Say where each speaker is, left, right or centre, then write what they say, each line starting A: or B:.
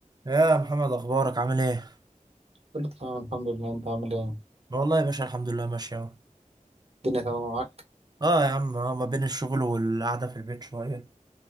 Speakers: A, on the right; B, on the right.
A: يا محمد اخبارك عامل ايه
B: كله تمام الحمد لله انت عامل ايه
A: والله يا باشا الحمد لله ماشي اهو
B: الدنيا تمام معاك
A: اه يا عم آه ما بين الشغل والقعده في البيت شويه